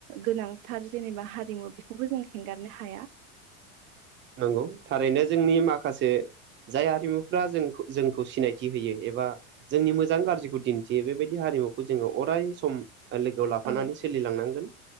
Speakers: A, on the right; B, on the right.
A: गोनांथार जेनेबा हारिमु बेखौबो जों हेंगारनो हाया।
B: नंगौ थारैनो जोंनि माखासे जाय आरिमुफ्रा जों जोंखौ सिनायथि होयो एबा जोंनि मोजां गाज्रिखौ दिन्थियो बेबायदि हारिमुखौ जोङो अराय सम लोगोआव लाफानानै
A: औ
B: सोलिलांनांगोन